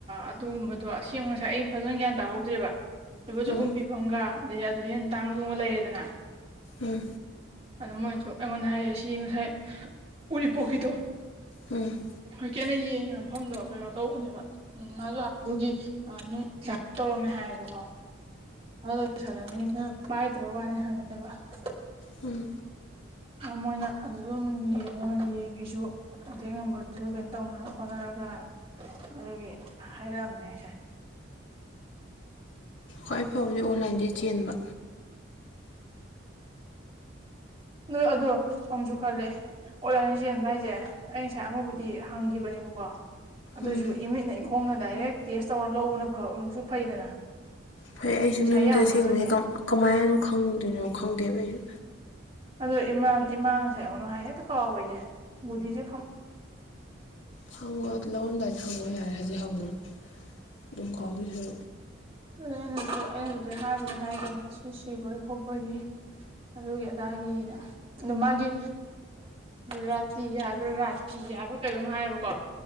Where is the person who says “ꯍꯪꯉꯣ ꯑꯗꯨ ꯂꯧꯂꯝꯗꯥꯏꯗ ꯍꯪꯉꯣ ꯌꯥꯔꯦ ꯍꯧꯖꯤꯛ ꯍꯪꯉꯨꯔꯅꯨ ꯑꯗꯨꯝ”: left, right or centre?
Left